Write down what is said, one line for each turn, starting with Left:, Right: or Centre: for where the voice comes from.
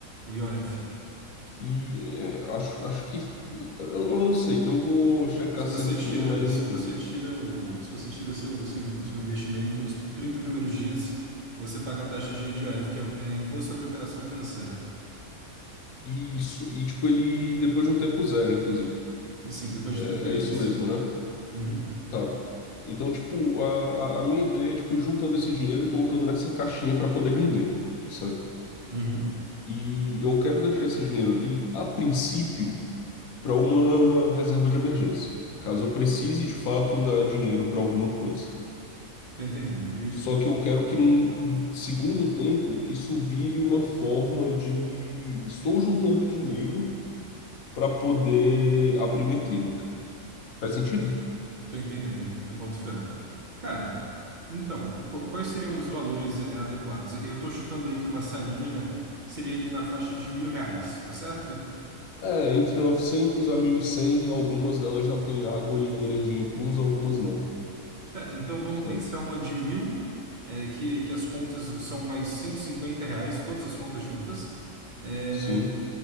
Right: O IOF.
Left: E é, acho, acho que, eu, eu não sei, eu vou checar
Right: Se você
Left: certinho,
Right: tira,
Left: mas
Right: se
Left: enfim.
Right: você tira o, se você tira seu, seu, in- seu investimento nos 30 primeiros dias, você paga a taxa de, de IOF, que é, o- é Imposto sobre Operação Financeira.
Left: E Isso, e tipo, ele depois de um tempo zero, inclusive.
Right: Sim, depois
Left: É,
Right: de 30 dias.
Left: é isso mesmo, né?
Right: Uhum.
Left: Tá. Então, tipo, a, a a minha ideia é, tipo, ir juntando esse dinheiro e colocando nessa caixinha para poder render, sabe?
Right: Uhum.
Left: E eu quero deixar esse dinheiro ali, a princípio para uma reserva de emergência, caso eu precise de fato dar dinheiro para alguma coisa.
Right: Tô entendendo.
Left: Só que eu quero que num segundo tempo isso vire uma forma de estou juntando dinheiro para poder abrir minha clínica. Faz sentido?
Right: Tô entendendo, eu boto fé. Cara, então, qu- quais seriam os valores é, adequados? Eu tô chutando aí que uma salinha seria ali na faixa de mil reais, tá certo?
Left: É, entre 900 a 1.100 algumas delas já têm água e energia inclusa, algumas não,
Right: Tá, então vamos
Left: sabe?
Right: pensar uma de mil, é, que, que as contas são mais 150 reais, todas as contas juntas. É,
Left: Sim,